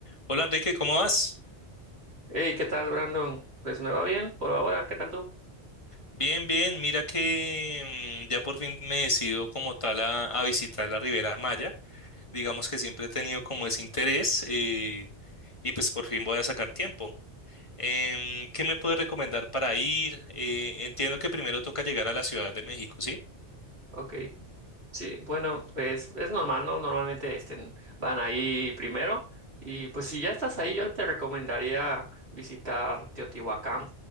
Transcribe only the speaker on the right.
Oh,
Hey, ¿qué tal, Brandon? Pues me va bien por ahora, ¿qué tal tú?
Ok. Sí, bueno, pues es normal, ¿no? Normalmente este, van ahí primero. Y pues si ya estás ahí, yo te recomendaría visitar Teotihuacán,